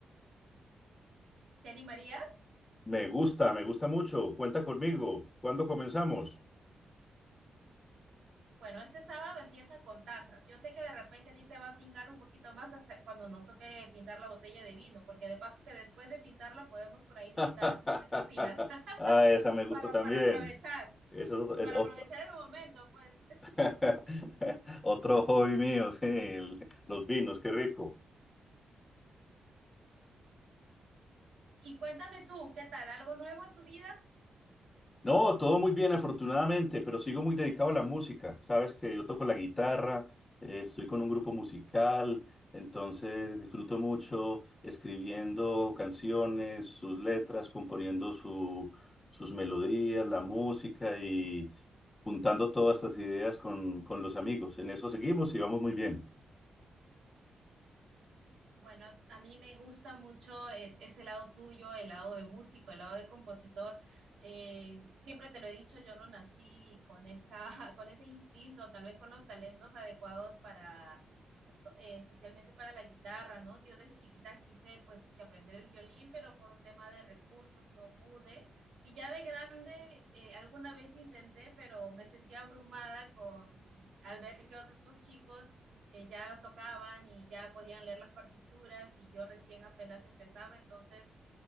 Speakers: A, on the right; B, on the left.
A: ¿Te animarías?
B: Me gusta, me gusta mucho. Cuenta conmigo. ¿Cuándo comenzamos?
A: Bueno, este sábado empieza con tazas. Yo sé que de repente a ti te va a tincar un poquito más hasta cuando nos toque pintar la botella de vino, porque de paso que después de pintarla podemos por ahí brindar.
B: <laughs>
A: ¿Qué, te, qué opinas? <laughs>
B: Ah, esa me gusta
A: para,
B: también.
A: para aprovechar,
B: Eso es
A: para
B: otro,
A: aprovechar el momento, pues.
B: <laughs> otro hobby mío, sí, el- los vinos, qué rico.
A: Y cuéntame tú, ¿qué tal? ¿Algo nuevo en tu vida?
B: No, todo muy bien, afortunadamente, pero sigo muy dedicado a la música. Sabes que yo toco la guitarra, eh, estoy con un grupo musical, entonces disfruto mucho escribiendo canciones, sus letras, componiendo su- sus melodías, la música y juntando todas estas ideas con, con los amigos. En eso seguimos y vamos muy bien.
A: Bueno, a mí me gusta mucho eh, ese lado tuyo, el lado de músico, el lado de compositor. Eh, siempre te lo he dicho, yo no nací con, esa, <laughs> con ese instinto, tal vez con los talentos adecuados para eh, especialmente para la guitarra, ¿no? Yo desde chiquita quise, pues, este, aprender el violín, pero por un tema de recursos no pude. Y ya de grande, eh, alguna vez intenté, pero me sentía abrumada con, al ver que otros chicos eh, ya tocaban y ya podían leer las partituras y yo recién apenas empezaba, entonces